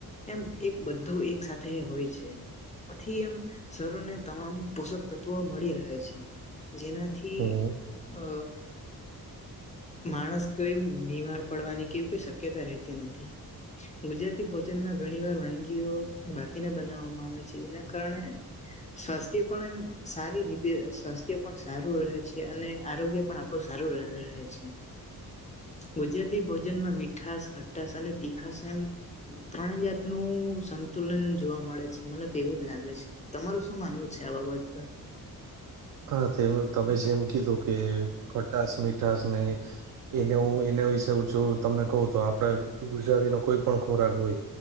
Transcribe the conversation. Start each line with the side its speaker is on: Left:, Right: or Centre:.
Left: એમ એક બધું એક સાથે હોય છે. આથી એમ શરીરનુ તમામ પોષક તત્વો મળી રહે છે જેના થી
Right: હમ
Left: અ માણસ કઈમ બીમાર પડવાની કે કોઈ શક્યતા રહેતી નથી. ગુજરાતી ભોજનમાં ઘણી વાર વાનગીઓ બાફીને બનાવવામાં આવે છે એના કારણે સ્વાસ્થ્ય પણ એમ સારી રીતે સ્વાસ્થ્ય પણ સારું રહે છે અને આરોગ્ય પણ આપ ડુ સારું ર રહે છે ગુજરાતી ભોજનમાં મીઠ્ઠાસ ખટ્ટાસ અને તીખાસ એમ ત્રણે જાતનું સંતુલન જોવા મળે છે મને તો એવું જ લાગે છે તમારું શું માનવું છે આ બાબતે?
Right: હા તે તમે જેમ કીધું કે ખટાશ મીઠાસ ને એને હું એના વિશે હુ જો તમને કહું તો આપડે ગુજરાતીનો કોઈ પણ ખોરાક હોય